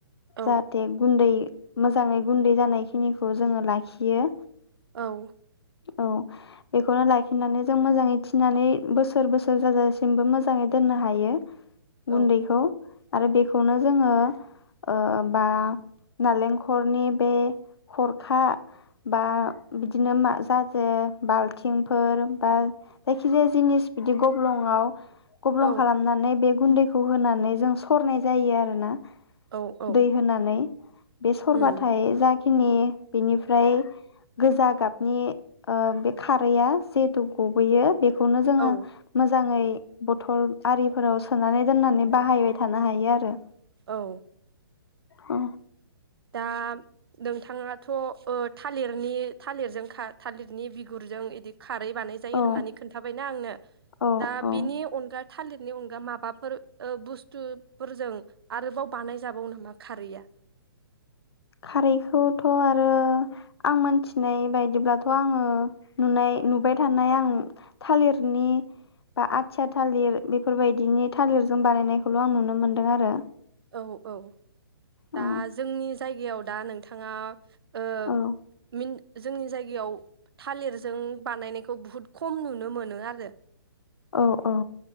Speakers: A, on the right; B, on the left.
A: औ
B: जाहाथे गुन्दै मोजाङै गुन्दै जानायखिनिखौ जोङो लाखियो
A: औ
B: औ बेखौनो लाखिनानै जों मोजाङै थिनानै बोसोर बोसोर जाजासिमबो मोजाङै दोननो हायो।
A: औ
B: गुन्दैखौ आरो बेखौनो जोङो ओ बा नालेंखलनि बे खरखा बा बिदिनो म जाजे बालथिंफोर बा जायखि जाया बजिनिस। गब्लंआव गब्लं
A: औ
B: खालामनानै बे। गुन्दैखौ होनानै जों सरनाय जायो आरो ना।
A: औ औ
B: दै होनानै बे सरबाथाय
A: उम
B: जा खिनि बेनिफ्राय गोजा गाबनि ओ बे खारैया जिहेथु गबोैयो बे बे खौनो जोङो।
A: औ
B: मोजाङै बथल' आरिफोराव सोनानै दोननानै बाहायबाय थानो हायो आरो
A: औ
B: अ
A: दा नोंथाङाथ ओ थालिरनि थालिरजों खा थालिरनि बिगुरजों इदि खारै बानायजायो
B: औ
A: होननानै खोन्थाबायना आंनो
B: औ
A: दा
B: औ
A: बिनि अनगा थालिरनि अनगा माबाफोर ओ बुस्थुफोरजों आरोबाव बानायजाबावो नामा खारैया
B: खारैखौथ आरो आं मोनथिनाय बायदिब्लाथ आङो नुनाय नुबाय थानाय आं थालिरनि बा आथिया थालिर बेफोरबायदिनि थालिरजों बानायनायखौल आं नुनो मोनदों आरो
A: औ औ। दा
B: औ
A: जोंनि जायगायाव दा नोंथाङा। ओ
B: औ
A: मिन जोंनि जायगायाव थालिरजों बानायनायखौ बुहुद खम नुनो मोनो आरो।
B: औ औ